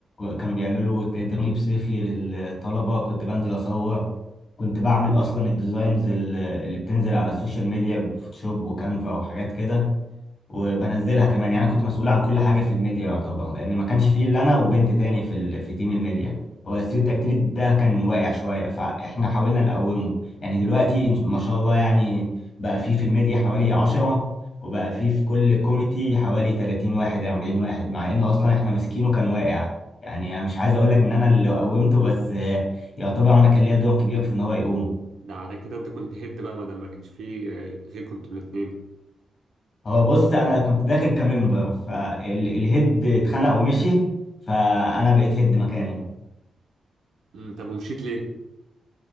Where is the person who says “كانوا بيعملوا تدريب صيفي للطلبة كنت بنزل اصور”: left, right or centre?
Left